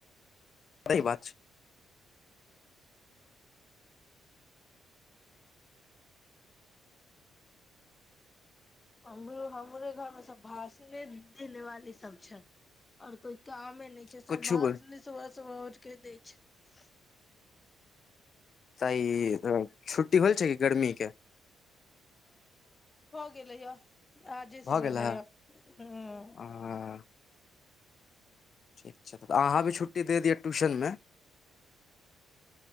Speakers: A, on the left; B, on the left.
A: ओ बात
B: हमरो हमरे घर मे सब भाषणे देने वाली सब छै और कोइ कामे छै
A: कुछु
B: सब भ
A: बोल
B: सबरके दै छै
A: तऽ ई छुट्टी होल छै कि गर्मी के
B: गेल ले य आजे
A: भऽ
B: से भेलले
A: गेल हे
B: य ह
A: हँ ठीक छै तऽ अहाँ भी छुट्टी दिअ ट्यूशनमे